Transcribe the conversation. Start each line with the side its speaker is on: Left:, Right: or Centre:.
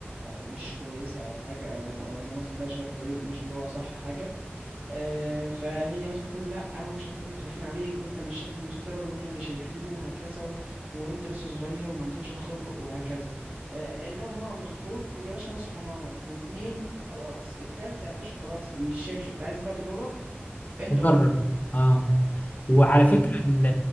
Right: مش كويسة أو حاجة أو أو لو مثلا بقى شايف طريق مش اللي هو صح حاجة آه، فهي مثلا بتقول له لأ ومش عارف إيه، إحنا خايفين عليك وأنت مش شايف المستقبل وإحنا اللي شايفينه وهكذا و... وأنت لسه صغير وما عندكش الخبرة وهكذا آه، إنما هو عبد الغفور يا باشا نصحه مرة واتنين خلاص التالتة يا باشا خلاص مش شايف أنت عايز بقى تجرب أنت
Left: وجرب
Right: جرب
Left: اه وعلى فكره ال